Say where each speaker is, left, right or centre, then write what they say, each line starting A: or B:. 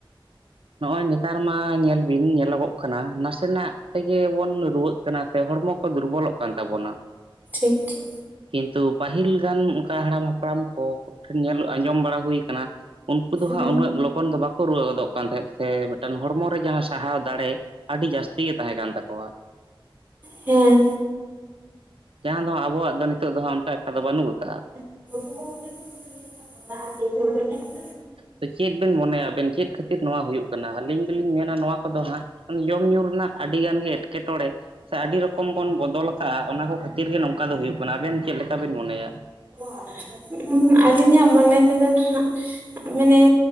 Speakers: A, on the right; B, on the right.
A: ᱱᱚᱜ-ᱚᱭ ᱱᱮᱛᱟᱨ ᱢᱟ ᱧᱮᱞ ᱵᱤᱱ ᱧᱮᱞᱚᱜᱚᱜ ᱠᱟᱱᱟ ᱱᱟᱥᱮᱱᱟᱜ ᱛᱮᱜᱮ ᱵᱚᱱ ᱨᱩᱣᱟᱹᱜ ᱠᱟᱱᱟ ᱥᱮ ᱦᱚᱲᱢᱚ ᱠᱚ ᱫᱩᱨᱵᱚᱞᱚᱜ ᱠᱟᱱ ᱛᱟᱵᱚᱱᱟ᱾
B: ᱴᱷᱤᱠ ᱴᱷᱤᱠ᱾
A: ᱠᱤᱱᱛᱩ ᱯᱟᱦᱤᱞ ᱜᱟᱱ ᱚᱝᱠᱟ ᱦᱟᱲᱟᱢ ᱦᱟᱯᱲᱟᱢ ᱠᱚ ᱠᱚᱴᱷᱮᱱ ᱧᱮᱞᱚᱜ ᱟᱸᱡᱚᱢ ᱵᱟᱲᱟ ᱦᱩᱭ ᱠᱟᱱᱟ ᱩᱱᱠᱩ ᱫᱚ ᱦᱟᱸᱜ
B: ᱦᱮᱸ
A: ᱩᱱᱟᱹᱜ ᱞᱚ ᱜᱚᱱ ᱫᱚ ᱵᱟᱠᱚ ᱨᱩᱣᱟᱹ ᱦᱚᱫᱚᱜ ᱠᱟᱱ ᱛᱟᱦᱮᱸᱫ ᱥᱮ ᱢᱤᱫᱴᱟᱝ ᱦᱚᱲᱢᱚ ᱨᱮ ᱡᱟᱦᱟᱸ ᱥᱟᱦᱟᱣ ᱫᱟᱲᱮ ᱟᱰᱤ ᱡᱟᱥᱛᱤ ᱜᱮ ᱛᱟᱦᱮᱸ ᱠᱟᱱ ᱛᱟᱠᱚᱣᱟ᱾
B: ᱦᱮᱸ
A: ᱡᱟᱦᱟᱸ ᱫᱚ ᱦᱟᱸᱜ ᱟᱵᱚᱣᱟᱜ ᱫᱚ ᱱᱤᱛᱚᱜ ᱫᱚ ᱦᱟᱸᱜ ᱚᱱᱠᱟ ᱮᱠᱴᱟ ᱫᱚ ᱵᱟᱹᱱᱩᱜ ᱠᱟᱜ-ᱟ᱾
B: <unintelligible>
A: ᱛᱚ ᱪᱮᱫ ᱵᱤᱱ ᱢᱚᱱᱮᱭᱟ ᱟᱵᱮᱱ ᱪᱮᱫ ᱠᱷᱟᱹᱛ ᱛᱤᱨ ᱱᱚᱣᱟ ᱦᱩᱭᱩᱜ ᱠᱟᱱᱟ ᱟᱹᱞᱤᱧ ᱫᱩᱞᱤᱧ ᱢᱮᱱᱟ ᱱᱚᱣᱟ ᱠᱚᱫᱚ ᱦᱟᱸᱜ ᱡᱚᱢ ᱧᱩ ᱨᱮᱱᱟᱜ ᱟᱰᱤ ᱜᱟᱱ ᱜᱮ ᱮᱸᱴᱠᱮ ᱴᱚᱸᱬᱮ ᱥᱮ ᱟᱰᱤ ᱨᱚᱠᱚᱢ ᱵᱚᱱ ᱵᱚᱫᱚᱞ ᱠᱟᱜ-ᱟ ᱚᱱᱟ ᱠᱚ ᱠᱷᱟᱛᱤᱨ ᱜᱮ ᱱᱚᱝᱠᱟ ᱫᱚ ᱦᱩᱭᱩᱜ ᱠᱟᱱᱟ ᱟᱵᱮᱱ ᱪᱮᱫ ᱞᱮᱠᱟᱵᱤᱱ ᱢᱚᱱᱮᱭᱟ?
B: <unintelligible> ᱟᱹᱞᱤᱧᱟᱜ ᱢᱚᱱᱮ ᱛᱮᱫᱚ ᱱᱟᱦᱟᱜ ᱢᱟᱱᱮ